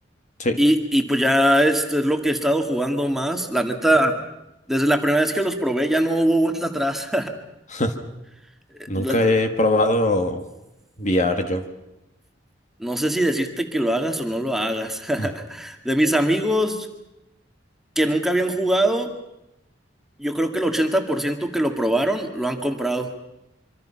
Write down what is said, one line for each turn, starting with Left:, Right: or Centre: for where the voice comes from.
Left: Sí.
Centre: Y, y pues ya este es lo que he estado jugando más. La neta, desde la primera vez que los probé ya no hubo vuelta atrás.
Left: <laughs>
Centre: <laughs>
Left: Nunca
Centre: La-
Left: he probado VR yo.
Centre: No sé si decirte que lo hagas o no lo hagas. <laughs>
Left: <laughs>
Centre: De mis amigos que nunca habían jugado, yo creo que el 80% que lo probaron lo han comprado.